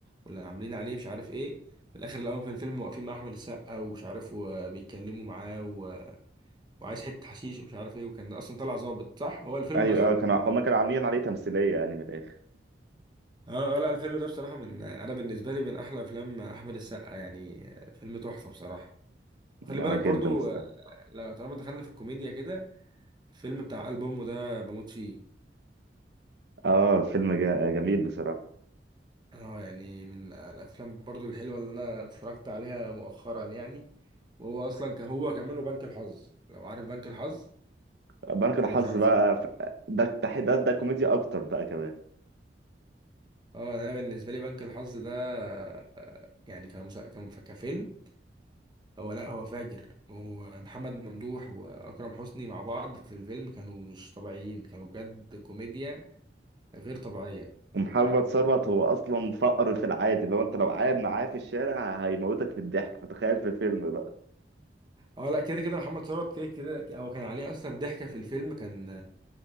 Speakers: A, on the right; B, on the right.
A: ولا عاملين عليه مش عارف ايه في الاخر الاول في الفيلم واقفين مع احمد السقا ومش عارف وبيتكلموا معاه و... وعايز حته حشيش ومش عارف ايه وكان اصلا طلع ظابط صح هو الفيلم
B: ايوه
A: ده صح؟
B: آه، كانوا هما كانوا عاملين عليه تمثيليه يعني من الاخر
A: اه آه، لا الفيلم ده بصراحة من انا بالنسبة لي من احلى افلام احمد السقا يعني آه، فيلم تحفة بصراحة وخلي
B: اه
A: بالك برضو
B: جدا بصراحه
A: آه، لو طالما دخلنا في الكوميديا كده الفيلم بتاع ألبومه ده بموت فيه
B: اه فيلم جا- جميل بصراحه
A: اه يعني من الافلام برضو الحلوة اللي انا اتفرجت عليها مؤخرا يعني وهو اصلا كهو كمان وبنك الحظ لو عارف بنك الحظ
B: بنك الحظ
A: ولا مش عارف
B: بقى ف- ده ده ده كوميديا اكتر بقى كمان
A: اه انا بالنسبة لي بنك الحظ ده آه، يعني كمسا... كم- كفيلم هو لا هو فاجر هو محمد ممدوح واكرم حسني مع بعض في الفيلم كانوا مش طبيعيين كانوا بجد كوميديا غير طبيعيه
B: ومحمد ثروت هو اصلا فقر في العادي لو انت لو قاعد معاه في الشارع هيموتك في الضحك فتخيل في فيلم بقى
A: اه لا كده كده محمد ثروت كده كده هو كان عليه اصلا ضحكه في الفيلم كان